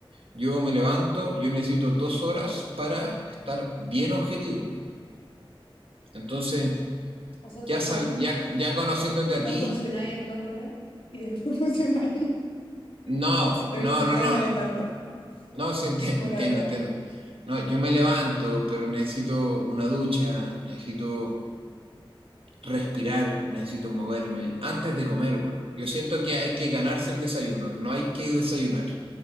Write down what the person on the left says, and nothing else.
O sea,
te levantas,
no
funcionáis en dos horas y después <laughs> funcionáis.
Estoy,
estoy
molestando.
Eso fue
una broma.